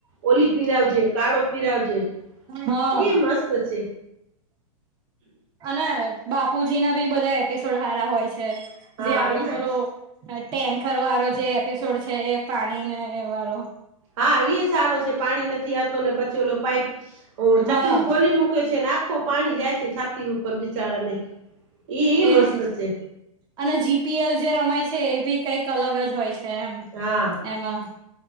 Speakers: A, on the right; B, on the right.
A: ઓલી પીરાવજે કાળો પીરાવજે
B: હા
A: ઈ મસ્ત છે
B: અને બાપુજી ના બી બધા એપિસોડ હારા હોય છે.
A: હા
B: જે આમ
A: એને
B: પેલું ટેન્કર વાળો જે એપિસોડ છે એ પાણીને એ વાળો
A: હા ઈ સારો છે પાણી નથી આવતો ને પછી ઓલો પાઈપ ઓ
B: હા
A: ચકરી ખોલી મૂકે છે આખુ પાણી જાય છે છાતી ઉપર બિચાડાની ઈ
B: એજ
A: મસ્ત છે.
B: અને જીપીએલ જે રમાય છે એ બી કઈક અલગ જ હોય છે એમ
A: હા
B: એમાં